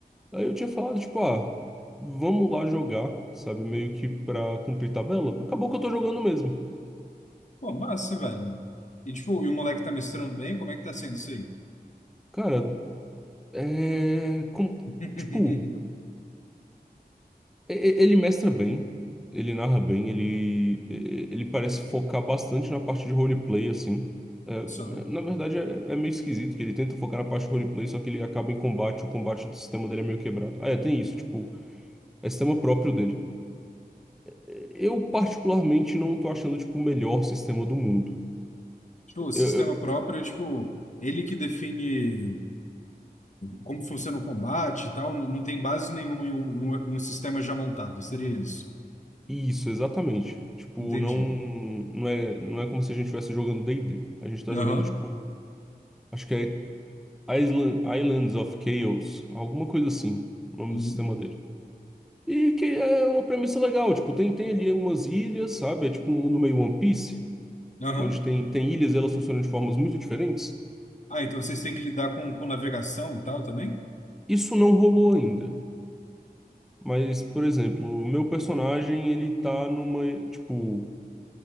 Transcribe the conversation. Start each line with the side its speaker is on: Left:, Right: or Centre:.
Centre: Aí eu tinha falado, tipo, ah, vamos lá jogar, sabe? Meio que pra cumprir tabela. Acabou que eu tô jogando mesmo.
Left: Pô, massa, velho. E, tipo, e o moleque tá mestrando bem, como é que tá sendo isso aí?
Centre: Cara, é. com-
Left: <laughs>
Centre: tipo. E- e- Ele mestra bem, ele narra bem, ele, e- ele parece focar bastante na parte de roleplay, assim. É,
Left: Só.
Centre: é, na verdade, é, é meio esquisito que ele tenta focar na parte de roleplay, só que ele acaba em combate, o combate do sistema dele é meio quebrado. Ah, é, tem isso, tipo, é sistema próprio dele. É, Eu, particularmente, não tô achando, tipo, o melhor sistema do mundo.
Left: Tipo,
Centre: Eu,
Left: o sistema
Centre: eu-
Left: próprio é, tipo, ele que define como funciona o combate e tal, não, não tem base nenhuma em um, em um sistema já montado, seria isso.
Centre: isso, exatamente. Tipo,
Left: Entendi.
Centre: não, não é, não é como se a gente estivesse jogando D&D. A gente tá
Left: Aham,
Centre: jogando, tipo, acho que é Island, Islands of Chaos, alguma coisa assim, o nome
Left: uhum,
Centre: do sistema dele. E que é uma premissa legal, tipo, tem, tem ali umas ilhas, sabe? É tipo um mundo meio One Piece,
Left: aham.
Centre: onde tem, tem ilhas e elas funcionam de formas muito diferentes.
Left: Ah, então vocês têm que lidar com, com navegação e tal também?
Centre: Isso não rolou ainda. Mas, por exemplo, o meu personagem, ele tá numa, tipo,